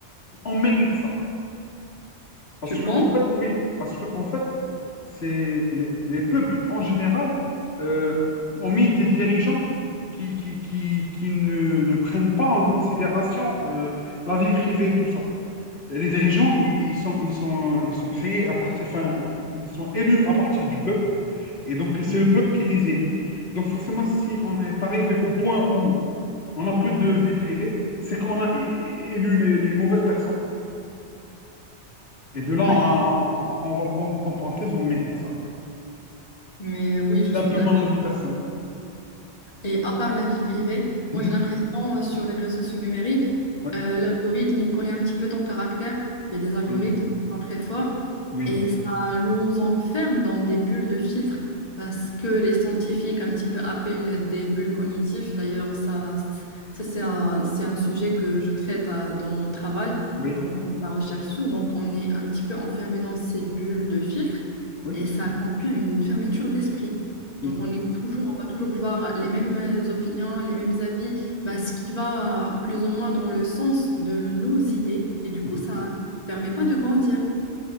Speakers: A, on the left (about 60°); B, on the left (about 35°).
A: on mérite ça. Parce
B: Tu
A: que
B: penses?
A: en fait, oui, parce que en fait, c'est les, les peuples en général euh, ont mis des dirigeants qui, qui, qui, qui ne, ne prennent pas en considération euh, la vie privée, tout ça. Et les dirigeants, ils, ils sont, ils sont, ils sont créés à partir, enfin, ils ils sont élus à partir du peuple. Et donc, c'est le peuple qui les élit. Donc, forcément, si on est arrivé au point où on n'a plus de vie privée, c'est qu'on a é- é- élu les, les mauvaises personnes. Et de là,
B: Oui.
A: on, on va, en, en parenthèse, on mérite ça, quoi.
B: Mais oui, je
A: C'est
B: suis
A: un peu
B: d'accord.
A: mon avis personnel.
B: Et à part la vie privée,
A: <laughs>
B: moi
A: Mhm.
B: j'ai l'impression euh, sur les réseaux sociaux numériques,
A: Ouais.
B: euh, l'algorithme, il connaît un petit peu ton caractère. Il y a des algorithmes
A: Oui,
B: qui sont très forts
A: oui.
B: et ça nous enferme dans des bulles de filtres parce que les scientifiques un petit peu appellent des bulles cognitives. D'ailleurs, ça, ça c'est un, c'est un sujet que je traite euh, dans mon travail,
A: Oui,
B: donc on fait de la recherche sur. Donc on est un petit peu enfermé dans ces bulles de filtres
A: oui,
B: et ça conduit à une fermeture d'esprit.
A: oui.
B: Donc, on est toujours, on va toujours voir les mêmes euh, opinions, les mêmes avis, ben, ce qui va plus ou moins dans le sens de nos idées. Et du
A: Mais-
B: coup, ça ne permet pas de grandir.